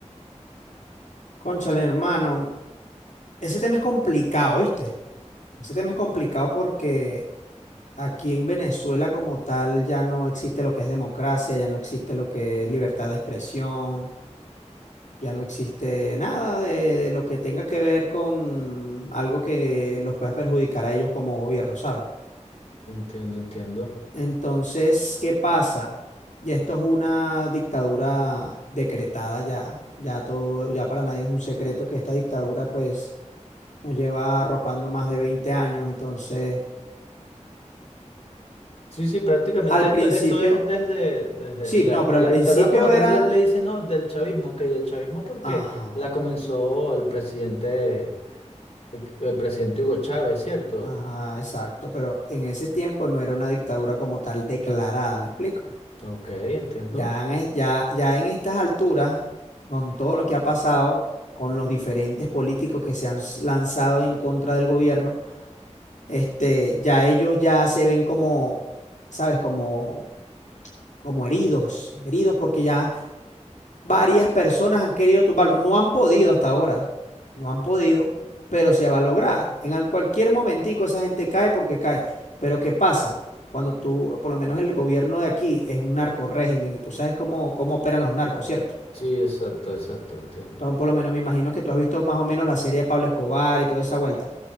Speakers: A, on the left; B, on the left.
A: Cónchale, hermano, ese tema es complicado, ¿viste? Ese tema es complicado porque aquí en Venezuela como tal ya no existe lo que es democracia, ya no existe lo que es libertad de expresión, ya no existe nada de, de lo que tenga que ver con algo que los pueda perjudicar a ellos como gobierno, ¿sabes?
B: Entiendo, entiendo.
A: Entonces, ¿qué pasa? Ya esto es una dictadura decretada ya, ya todo, ya para nadie es un secreto que esta dictadura pues nos lleva arropando más de veinte años, entonces
B: Sí, sí, prácticamente
A: al
B: esto,
A: principio,
B: esto es desde, desde
A: sí,
B: la,
A: no, pero
B: la
A: al principio
B: dictadura como tal
A: era,
B: le, le dicen, ¿no? Del chavismo, que y el chavismo porque
A: ajá,
B: la comenzó el presidente, el, el presidente Hugo Chávez, ¿cierto?
A: ajá, exacto, pero en ese tiempo no era una dictadura como tal declarada, ¿me explico?
B: Ok, entiendo.
A: Ya en, es- ya, ya en estas alturas, con todo lo que ha pasado, con los diferentes políticos que se han s- lanzado en contra del gobierno, este, ya ellos ya se ven como, ¿sabes? Como, como heridos, heridos porque ya Varias personas han querido tumbarlo. No han podido hasta ahora. No han podido, pero se va a lograr. En al- cualquier momentico esa gente cae porque cae. Pero ¿qué pasa? Cuando tú, por lo menos el gobierno de aquí es un narco régimen y tú sabes cómo, cómo operan los narcos, ¿cierto?
B: Sí, exacto, exacto, entiendo.
A: Entonces, por lo menos me imagino que tú has visto más o menos la serie de Pablo Escobar y toda esa vuelta.